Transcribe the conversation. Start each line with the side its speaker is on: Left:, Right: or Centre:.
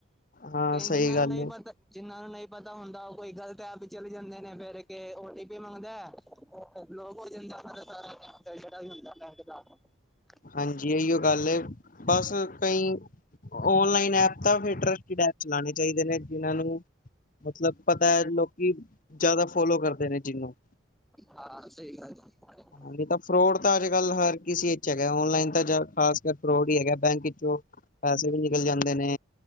Left: ਹਾਂ
Centre: ਤੇ
Left: ਸਹੀ
Centre: ਜਿੰਨਾ
Left: ਗੱਲ
Centre: ਨੂੰ ਨਹੀਂ ਪਤਾ
Left: ਏ
Centre: ਜਿੰਨਾ ਨੂੰ ਨਹੀਂ ਪਤਾ ਹੁੰਦਾ ਕੋਈ ਗ਼ਲਤ ਐਪ ਹੀ ਚਲੇ ਜਾਂਦੇ ਨੇ ਫੇਰ ਕੇ ਓ ਟੀ ਪੀ ਮੰਗਦਾ। <unintelligible>
Left: ਹਾਂਜੀ ਇਹੀਓ ਗੱਲ ਹੈ ਬਸ ਕਈ ਆਨਲਾਈਨ ਐਪ <unintelligible> ਡੈ ਚਲਾਉਣੇ ਚਾਹੀਦੇ ਨੇ ਜਿਨਾਂ ਨੂੰ ਮਤਲਬ ਪਤਾ ਹੈ ਲੋਕੀ ਜ਼ਿਆਦਾ ਫੋਲੋ ਕਰਦੇ ਨੇ ਜਿਹਨੂੰ
Centre: ਹਾਂ ਸਹੀ ਗੱਲ।
Left: ਹਾਂ ਨਹੀਂ ਤਾਂ ਫਰੋਡ ਤਾਂ ਅੱਜ ਕੱਲ੍ਹ ਹਰ ਕਿਸੇ ਹੈਗਾ ਆਨਲਾਈਨ ਤਾਂ ਟਰੈਂਸਬਫਰ ਫਰੋਡ ਹੀ ਹੈਗਾ ਬੈਂਕ ਵਿੱਚੋਂ ਪੈਸੇ ਵੀ ਨਿਕਲ ਜਾਂਦੇ ਨੇ।